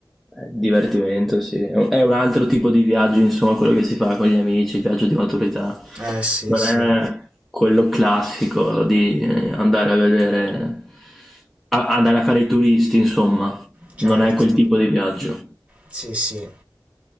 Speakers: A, in the centre; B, on the right.
A: Eh, divertimento, sì. È un è un altro tipo di viaggio, insomma, quello che si fa con gli amici, il viaggio di maturità.
B: Eh sì,
A: Non
B: sì,
A: è quello classico di eh, andare a vedere, a- andare a fare i turisti, insomma.
B: certo,
A: Non è quel tipo di viaggio.
B: sì sì.